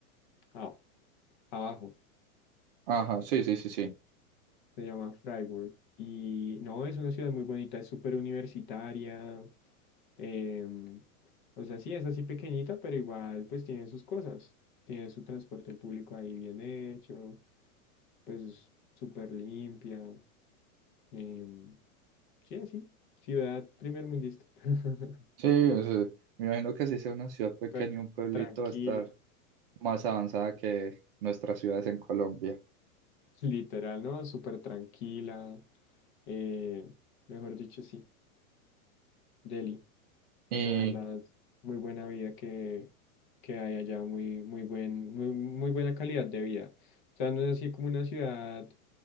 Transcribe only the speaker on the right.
Ajá, sí, sí, sí, sí.
Sí, o sea, me imagino que si sea una ciudad pequeña,
un pueblito
va a estar más avanzada que nuestras ciudades en Colombia.
Y